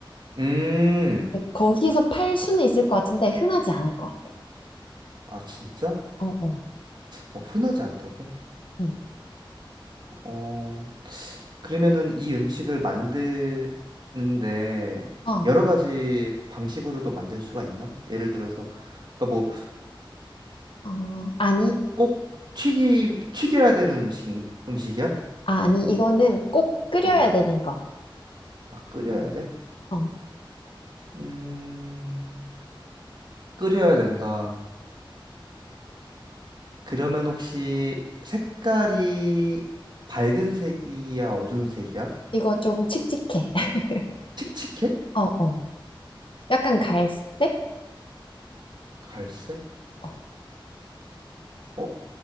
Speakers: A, on the right (about 55°); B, on the left (about 70°).
A: 음.
B: 거기서 팔 수는 있을 것 같은데 흔하지 않을 것 같아.
A: 아, 진짜?
B: 어, 어,
A: 어, 흔하지 않다고?
B: 응.
A: 어. 그러면은 이 음식을 만드는데
B: 어,
A: 여러 가지 방식으로도 만들 수가 있나? 예를 들어서 그러니까 뭐
B: 어, 아니,
A: 꼭 튀김 튀겨야 되는 음식 음식이야?
B: 아, 아니, 이거는 꼭 끓여야
A: 어.
B: 되는 거.
A: 아, 끓여야 돼?
B: 어,
A: 음. 끓여야 된다. 그러면 혹시 색깔이 밝은 색이야, 어두운 색이야?
B: 이거 좀 칙칙해. <laughs>
A: 칙칙해?
B: 어, 어, 약간 갈색?
A: 갈색?
B: 어,
A: 어,